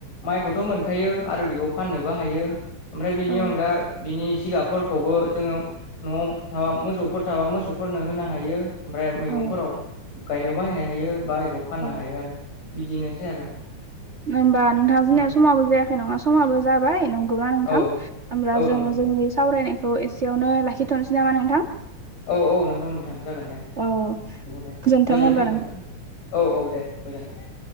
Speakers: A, on the left; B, on the right.
A: माइखौथ' मोनखायो आरो बेखौ फाननोबो हायो। ओमफ्राय बिनि
B: औ
A: अनगा बिनि जिगाबफोरखौबो जोङो न'आव थाबा मोसौफोर सोरहाबा मोसौफोरनो होनो हायो। ओमफ्राय मैगंफोराव
B: औ
A: गायनायाव बाहायनो हायो बा बेखौ फाननो
B: औ
A: हायो आरो। बिदिनोसै आरो।
B: होमबा नोंथां जोंनिया
A: उम
B: समाबो जायाखै नङा समाबो जाबाय। अब्ला नोंथां
A: औ
B: होमब्ला
A: औ
B: जों
A: नंगौ नोंथां
B: जोंनि सावरायनायखौ एसेयावनो लाखिथ'नोसै नामा नोंथां?
A: औ औ नोंगौ नोंथां जागोन दे।
B: औ।
A: औ दे
B: गोजोनथों
A: गोजोन्थों
B: होमबा
A: नोंथां औ औ दे गोजोनथों।